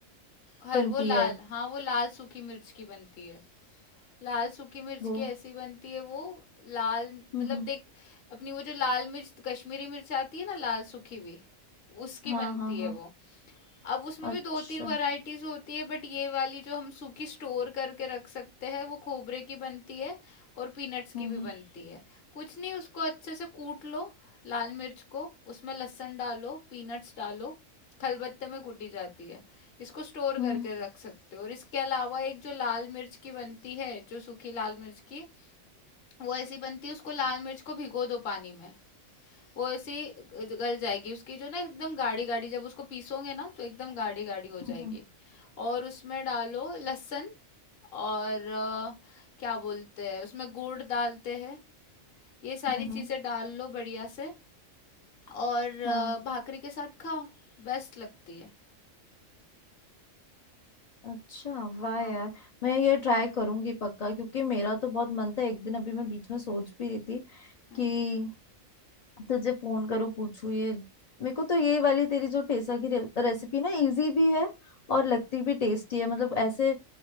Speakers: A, on the left; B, on the left.
A: हर
B: बनती
A: वो लाल
B: है
A: हाँ वो लाल सूखी मिर्च की बनती है लाल सूखी मिर्च
B: वो
A: की ऐसी बनती है वो लाल मतलब
B: हम्म हम्म,
A: देख अपनी वो जो लाल मिर्च कश्मीरी मिर्च आती है ना लाल सूखी भी उसकी
B: हाँ
A: बनती
B: हाँ हाँ
A: है वो अब उसमें
B: अच्छा
A: भी दो तीन वैरायटीज होती है बट ये वाली जो हम सूखी स्टोर करके रख सकते हैं वो खोबरे की बनती है और पीनट्स
B: हम्म
A: की भी बनती है कुछ नहीं उसको अच्छे से कूट लो लाल मिर्च को उसमें लहसुन डालो पीनट्स डालो खलबत्ते में कूटी जाती है इसको स्टोर
B: हम्म
A: करके रख सकते हो और इसके अलावा एक जो लाल मिर्च की बनती है जो सूखी लाल मिर्च की वो ऐसी बनती है उसको लाल मिर्च को भिगो दो पानी में वो ऐसी ग- गल जाएगी उसकी जो ना एकदम गाढ़ी गाढ़ी जब उसको पीसोगे ना तो एकदम गाढ़ी गाढ़ी हो जाएगी
B: हम्म हम्म
A: और उसमें डालो लहसुन और अ, क्या बोलते हैं उसमें गुड़ डालते हैं ये सारी
B: हम्म, हम्म।
A: चीज़ें डाल लो बढ़िया से और अ,
B: हाँ
A: भाकरी के साथ खाओ बेस्ट लगती है
B: अच्छा वाह
A: हाँ
B: यार मैं ये ट्राई करूंगी पक्का क्योंकि मेरा तो बहुत मन था एक दिन अभी मैं बीच में सोच भी रही थी
A: हाँ
B: कि तुझे फोन करूँ पूछूं ये मेरे को तो ये वाली तेरी जो टेसा की रे, रेसिपी ना इजी भी है और लगती भी टेस्टी है मतलब ऐसे